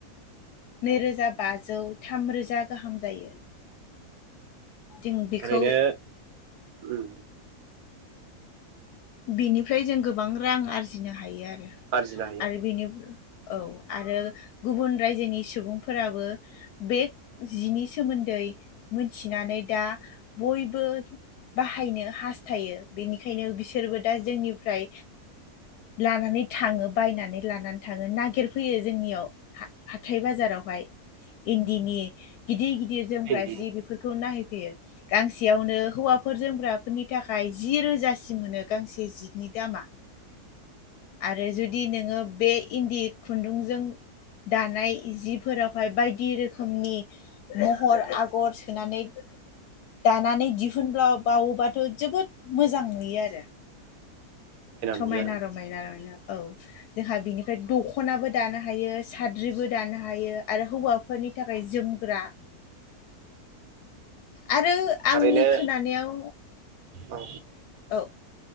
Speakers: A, on the left; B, on the right.
A: नैरोजा
B: औ
A: बा जौ थामरोजा गाहाम जायो। जों बेखौ
B: ओरैनो उम
A: बेनिफ्राय जों गोबां रां आरजिनो हायो आरो
B: आरजिनो हायो
A: आरो बेनि औ आरो गुबुन रायजोनि सुबुंफोराबो बे जिनि सोमोन्दै मिथिनानै दा बयबो बाहायनो हास्थायो बेनि बेखायनो बिसोरबो दा जोंनि फ्राय लानानै थाङो। बायनानै लानानै थाङो नागिर फैयो जोंनियाव हाथाय बाजारावहाय। इन्दिनि गिदि गि गिर
B: आरो
A: जोमग्रा
B: इन्दि
A: जि बेफोरखौ नाहै गांसेयावनो हौवाफोर जोमग्राफोरनि थाखाय जि रोजासिम मोनो गांसे जि नि दामआ आरो जुदि नोङो बे इन्दि खुन्दुंजों दानाय जिफोरावहाय बायदि रोखोमनि महर आगर सोनानै दानानै दिहुनब्ला बावोबाथ' जोबोद मोजां नुयो आरो। समायना
B: नुयो आरो
A: रमायना नुयो औ जोंहा बिनिफ्राय दखनाबो दानो हायो साद्रिबो दानो हायो आरो हौवाफोरनि थाखाय जोमग्रा आरो आंनि
B: थारैनो
A: खोनानायाव
B: औ
A: औ